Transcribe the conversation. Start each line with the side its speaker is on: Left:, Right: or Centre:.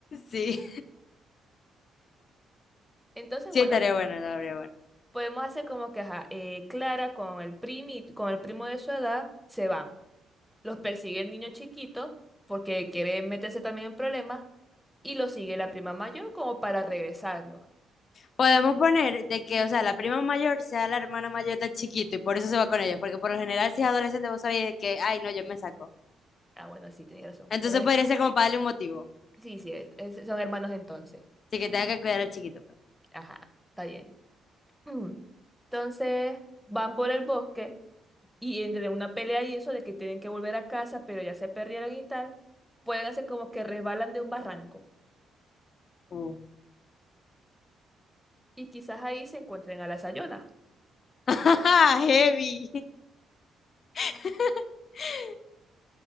Left: Sí.
Centre: Entonces,
Left: Sí,
Centre: bueno,
Left: estaría bueno, estaría bueno.
Centre: Podemos hacer como que, ajá, eh, Clara con el primi, con el primo de su edad se van. Los persigue el niño chiquito porque quiere meterse también en problemas y lo sigue la prima mayor como para regresarlo.
Left: Podemos poner de que, o sea, la prima mayor sea la hermana mayor del chiquito y por eso se va con ellos, porque por lo general si es adolescente vos sabés que, ay, no, yo me saco.
Centre: Ah, bueno, sí, tenía razón.
Left: Entonces
Centre: Entonces,
Left: podría ser como para darle un motivo,
Centre: sí, sí, es- es- son hermanos entonces.
Left: así que tenga que cuidar al chiquito. pues.
Centre: Ajá, está bien. Mm. Entonces, van por el bosque y entre una pelea y eso de que tienen que volver a casa, pero ya se perdieron y tal, pueden hacer como que resbalan de un barranco
Left: Uh,
Centre: y quizás ahí se encuentren a la Sayona.
Left: <laughs> Heavy. <laughs>